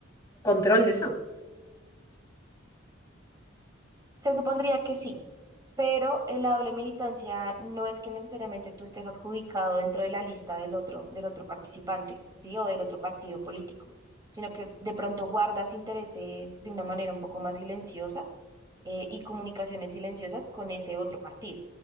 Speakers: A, on the left (about 15°); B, on the right (about 20°).
A: control de eso?
B: se supondría que sí, Pero eh, la doble militancia no es que necesariamente tú estés adjudicado dentro de la lista del otro, del otro participante, ¿sí? O del otro partido político, sino que de pronto guardas intereses de una manera un poco más silenciosa eh, y comunicaciones silenciosas con ese otro partido,